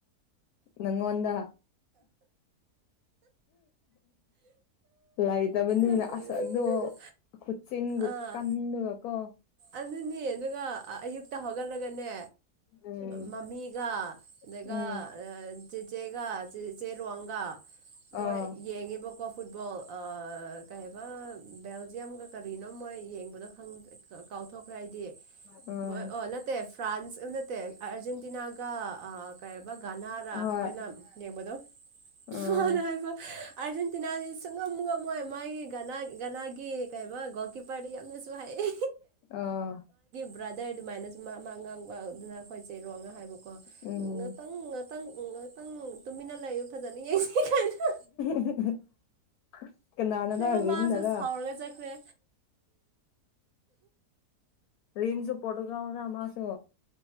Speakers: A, on the left; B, on the right.
A: ꯅꯪꯉꯣꯟꯗ ꯂꯩꯇꯕꯅꯤꯅ
B: ꯅꯣꯛꯅꯤꯡꯕꯅ
A: ꯑꯁ ꯑꯗꯣ ꯈꯨꯁꯤꯡꯒ
B: ꯑꯥ
A: ꯀꯗꯒꯀꯣ
B: ꯑꯗꯨꯅꯦ ꯑꯗꯨꯒ ꯑꯌꯨꯛꯇ ꯍꯧꯒꯠꯂꯒꯅꯤ
A: ꯎꯝ
B: ꯃꯃꯤꯒ ꯑꯗꯨꯒ
A: ꯎꯝ
B: ꯆꯦꯆꯦꯒ ꯔꯋꯥꯡꯒ
A: ꯑꯥ
B: ꯃꯣꯏ ꯌꯦꯡꯉꯦꯕꯀꯣ ꯐꯨꯠꯕꯣꯜ ꯀꯩ ꯍꯥꯏꯕ ꯕꯦꯜꯖꯤꯌꯝꯒ ꯀꯔꯤꯅꯣ ꯃꯣꯏ ꯌꯦꯡꯕꯗꯣ ꯊꯣꯛꯈ꯭ꯔꯦ ꯑꯩꯗꯤ
A: ꯑꯥ ꯎꯝ
B: ꯑꯣ ꯅꯠꯇꯦ ꯐ꯭ꯔꯥꯟꯁ ꯑ ꯅꯠꯇꯦ ꯑꯥꯔꯖꯦꯟꯇꯤꯅꯥꯒ ꯀꯩꯔꯤꯕ ꯒꯅꯥꯔ
A: ꯍꯣꯏ
B: ꯃꯣꯏꯅ ꯌꯦꯡꯕꯗꯣ
A: ꯎꯝ
B: ꯐꯅꯕ ꯑꯔꯖꯦꯟꯇꯤꯅꯥꯗꯤ ꯁꯨꯡꯉ ꯃꯉ ꯃꯣꯏ ꯃꯥꯒꯤ ꯒꯅꯥ ꯒꯅꯥꯒꯤ ꯀꯩ ꯒꯣꯜ ꯀꯤꯞꯄꯔꯗ ꯌꯥꯝꯅꯁꯨ ꯍꯥꯏꯌꯦ
A: ꯑꯥ
B: ꯕ꯭ꯔꯥꯗꯔ ꯑꯗꯨꯃꯥꯏꯅꯁꯨ ꯃꯥ ꯃꯥ ꯉꯥꯡꯕ ꯑꯗꯨꯅ ꯑꯩꯈꯣꯏ ꯆꯦꯔꯣ ꯉ ꯍꯥꯏꯕ
A: ꯎꯝ
B: ꯉꯥꯛꯇꯪ ꯉꯥꯛꯇꯪ ꯉꯥꯛꯇꯪ ꯇꯨꯃꯤꯟꯅ ꯂꯩꯔ ꯐꯖꯅ ꯌꯦꯡꯁꯤꯩ ꯀꯥꯏꯅ
A: <unintelligible> ꯀꯅꯥꯅꯔ
B: ꯇꯣ
A: ꯔꯤꯝꯅꯔ
B: ꯃꯥꯁ ꯁꯥꯎꯔꯒ ꯆꯦꯛꯈꯦ
A: ꯔꯔꯤꯝꯁ ꯄꯠꯒ꯭ꯔ ꯃꯥꯁꯨ